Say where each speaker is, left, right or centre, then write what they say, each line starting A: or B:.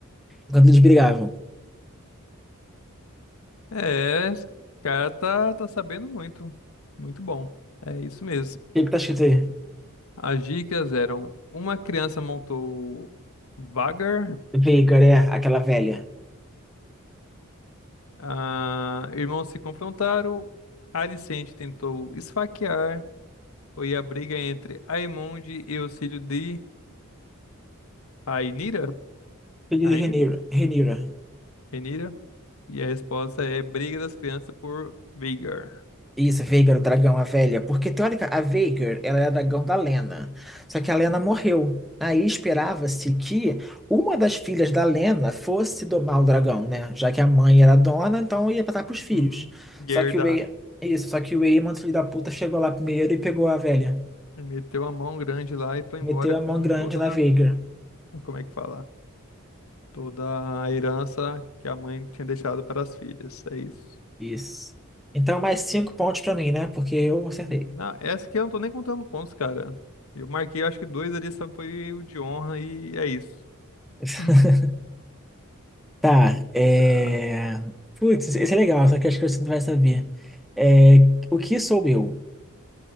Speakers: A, in the centre; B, on the left.
A: quando eles brigavam.
B: É, esse cara tá, tá sabendo muito. Muito bom. É isso mesmo.
A: O que que tá escrito aí?
B: As dicas eram: uma criança montou Vagar,
A: Veigar é aquela velha.
B: Ah, irmãos se confrontaram. Alicente tentou esfaquear. Foi a briga entre Aemonde e o filho de Rainira.
A: Filho
B: Rainira?
A: de Rhaenyra. Rhaenyra.
B: Renira. E a resposta é briga das crianças por Vigar.
A: Isso, Veigar, o dragão, a velha. Porque, teórica, a Veigar, ela é a dragão da Lena. Só que a Lena morreu. Aí esperava-se que uma das filhas da Lena fosse domar o dragão, né? Já que a mãe era dona, então ia passar pros filhos.
B: Uhum. Gerda.
A: Só que o E... Isso, só que o Aemon, filho da puta, chegou lá primeiro e pegou a velha.
B: Meteu a mão grande lá e foi
A: Meteu
B: embora com
A: a mão grande
B: toda,
A: na Veigar.
B: como é que fala? Toda a herança que a mãe tinha deixado para as filhas. É isso.
A: Isso. Então, mais cinco pontos pra mim, né? Porque eu acertei.
B: É, Não, essa aqui eu não tô nem contando pontos, cara. Eu marquei, acho que dois ali, só foi o de honra e é isso.
A: <laughs>
B: <laughs>
A: Tá, é...
B: Tá.
A: Putz, esse é legal, só que acho que você não vai saber. É... O que sou eu?